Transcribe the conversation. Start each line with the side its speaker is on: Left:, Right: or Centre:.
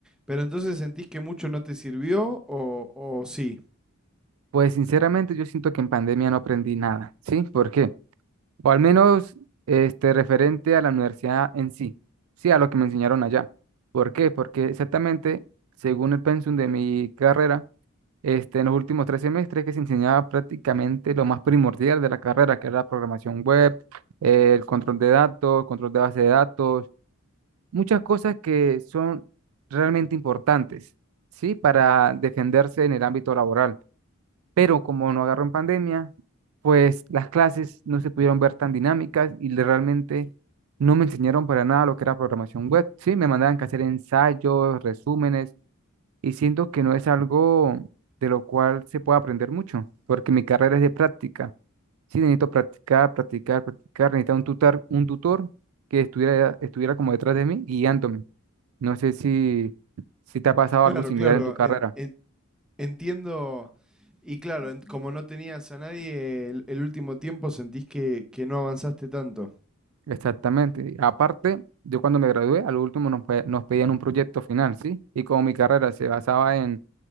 Centre: pero entonces sentís que mucho no te sirvió o, o sí.
Right: Pues sinceramente yo siento que en pandemia no aprendí nada, ¿sí? ¿Por qué? O al menos este, referente a la universidad en sí, sí, a lo que me enseñaron allá. ¿Por qué? Porque exactamente, según el pensum de mi carrera, este, en los últimos tres semestres que se enseñaba prácticamente lo más primordial de la carrera, que era la programación web, eh, el control de datos, control de base de datos, muchas cosas que son realmente importantes, ¿sí? Para defenderse en el ámbito laboral. Pero como no agarró en pandemia, pues las clases no se pudieron ver tan dinámicas y le- realmente no me enseñaron para nada lo que era programación web, ¿sí? Me mandaban que hacer ensayos, resúmenes y siento que no es algo de lo cual se puede aprender mucho, porque mi carrera es de práctica. Sí, necesito practicar, practicar, practicar, necesito un tutor, un tutor que estuviera, estuviera como detrás de mí, guiándome. No sé si, si te ha pasado
Centre: Claro,
Right: algo similar
Centre: claro.
Right: en tu carrera.
Centre: en- Entiendo. Y claro, en- como no tenías a nadie el, el último tiempo, sentís que, que no avanzaste tanto.
Right: Exactamente. Aparte, yo cuando me gradué, a lo último nos, pe- nos pedían un proyecto final, ¿sí? Y como mi carrera se basaba en